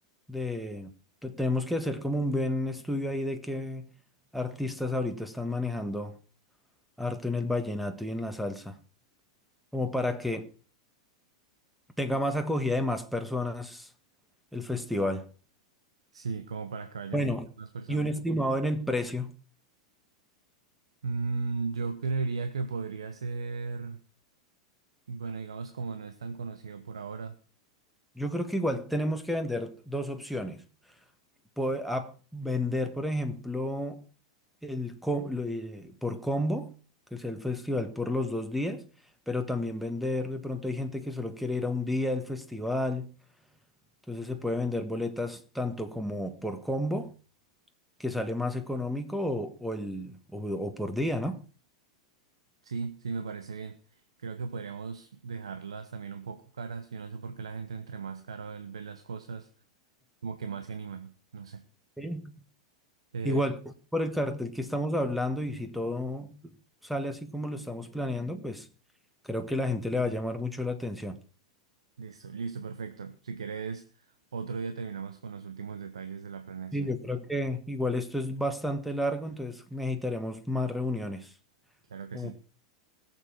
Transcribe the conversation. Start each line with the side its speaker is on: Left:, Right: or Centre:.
Centre: de- te- Tenemos que hacer como un buen estudio ahí de qué artistas ahorita están manejando harto en el vallenato y en la salsa. Como para que tenga más acogida de más personas el festival.
Right: Sí, como para que vayan
Centre: Bueno,
Right: muchas más personas.
Centre: y un estimado en el precio.
Right: Mm, yo creería que podría ser, bueno, digamos como no es tan conocido por ahora.
Centre: Yo creo que igual tenemos que vender dos opciones. Po- a vender, por ejemplo, el co- lo- eh, por combo, que sea el festival por los dos días, pero también vender, de pronto hay gente que solo quiere ir a un día del festival, entonces se puede vender boletas tanto como por combo, que sale más económico, o, o el, o, o por día, ¿no?
Right: Sí, sí, me parece bien. Creo que podríamos dejarlas también un poco caras. Yo no sé por qué la gente entre más caro él ve las cosas. como que más se animan, no sé.
Centre: Sí.
Right: Eh,
Centre: Igual, por el cartel que estamos hablando y si todo sale así como lo estamos planeando, pues creo que la gente le va a llamar mucho la atención.
Right: listo, listo, perfecto. Si quieres, otro día terminamos con los últimos detalles de la planeación.
Centre: Sí, yo creo que igual esto es bastante largo, entonces necesitaremos más reuniones.
Right: Claro que
Centre: Como
Right: sí.